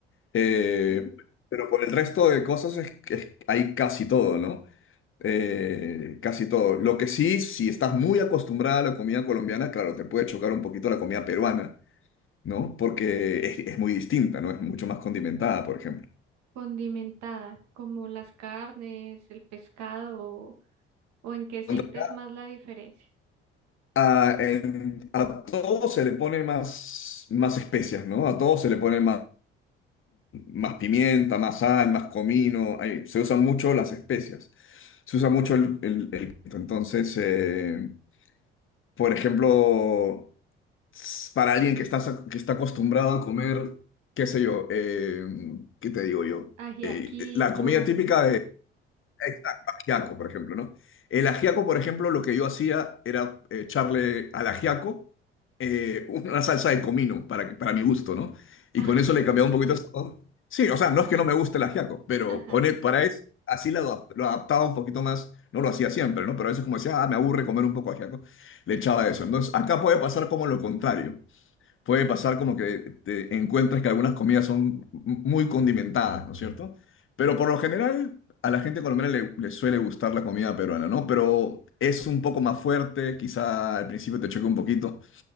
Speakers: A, on the left; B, on the right.
A: Eh,
B: ¿no? Eh,
A: pero por el resto de cosas es, que hay casi todo, ¿no? eh, casi todo. Lo que sí, si estás muy acostumbrada a la comida colombiana, claro, te puede chocar un poquito la comida peruana, ¿no? Porque es, es muy distinta, ¿no? Es mucho más condimentada, por ejemplo.
B: condimentada, como las carnes, el pescado, o en qué sientes
A: En realidad,
B: más la diferencia.
A: A, en- a todo se le pone más, más especias, ¿no? A todo se le pone más, más pimienta, más sal, más comino. Ahí, se usan mucho las especias. Se usa mucho el, el- el- pimiento. Entonces, eh, por ejemplo... para alguien que está, que está acostumbrado a comer, qué sé yo, eh, ¿qué te digo yo?
B: Ajiaquito,
A: Eh, eh, la comida típica de exacto, ajiaco, por ejemplo, ¿no? El ajiaco, por ejemplo, lo que yo hacía era eh, echarle al ajiaco eh, <laughs> una salsa de comino para, que- para mi gusto, ¿no? Y
B: <laughs>
A: con eso
B: ah,
A: le cambiaba un poquito el sabor. Sí, o sea, no es que no me guste el ajiaco, pero
B: ajá.
A: con el- para eso, así lo, adap- lo adaptaba un poquito más. No lo hacía siempre, ¿no? Pero a veces como decía, ah, me aburre comer un poco de ajiaco, le echaba eso. Entonces, acá puede pasar como lo contrario puede pasar como que te encuentres que algunas comidas son m- muy condimentadas, ¿no es cierto? Pero por lo general a la gente colombiana le, le suele gustar la comida peruana, ¿no? Pero es un poco más fuerte, quizá al principio te choque un poquito.